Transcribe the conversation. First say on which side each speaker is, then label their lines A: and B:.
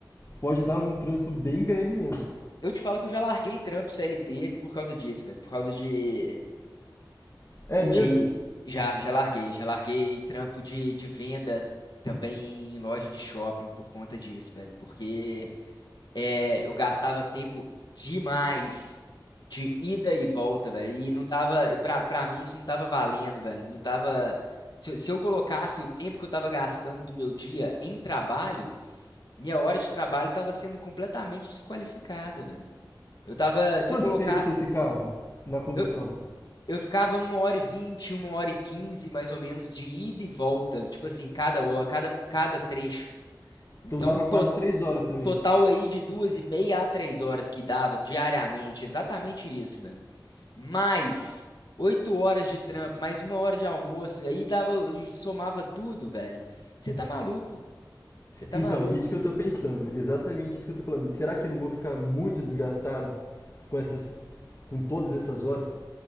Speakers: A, on the left; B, on the left.
A: pode dar um trânsito bem grande mesmo.
B: eu te falo que eu já larguei trampo CLT por causa disso, velho, por causa de
A: É mesmo?
B: De já, já larguei, já larguei trampo de, de venda também em loja de shopping por conta disso, velho. Porque é, eu gastava tempo demais de ida e volta, velho. E não tava, e pra, pra mim isso não tava valendo, velho. Não tava. Se, eu- se eu colocasse o tempo que eu tava gastando do meu dia em trabalho, minha hora de trabalho tava sendo completamente desqualificada, velho. Eu tava, se
A: Quanto
B: eu colocasse.
A: tempo você ficava na condução?
B: Eu, eu ficava uma hora e vinte, uma hora e quinze, mais ou menos, de ida e volta. Tipo assim, cada hora, cada, cada trecho. Então,
A: Então dava
B: to-
A: quase três horas também.
B: total aí de duas e meia a três horas que dava diariamente. Exatamente isso, velho. Mais oito horas de trampo, mais uma hora de almoço. E Aí dava, somava tudo, velho. Você tá maluco. Você tá
A: Então,
B: maluco,
A: isso
B: velho.
A: que eu tô pensando, exatamente isso que eu tô falando. Será que eu não vou ficar muito desgastado com essas, com todas essas horas?